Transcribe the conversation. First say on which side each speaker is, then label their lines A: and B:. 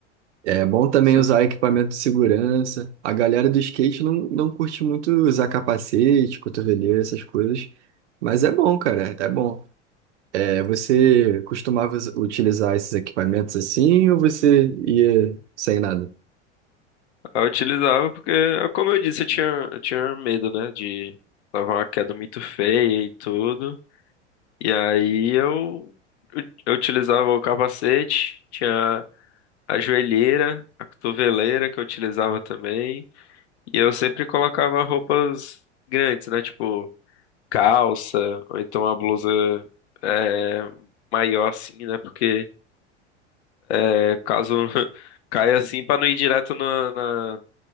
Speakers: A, on the right; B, on the left.
A: É bom também
B: Com certeza.
A: usar equipamento de segurança. A galera do skate não, não curte muito usar capacete, cotoveleira, essas coisas. Mas é bom, cara, é bom. É, você costumava us- utilizar esses equipamentos assim ou você ia sem nada?
B: Eu utilizava porque, como eu disse, eu tinha, eu tinha medo, né? De levar uma queda muito feia e tudo. E aí eu, eu, eu utilizava o capacete, tinha a joelheira, a cotoveleira que eu utilizava também. E eu sempre colocava roupas grandes, né? Tipo calça, ou então uma blusa é, maior assim, né? Porque É, caso <laughs> caia assim pra não ir direto na, na,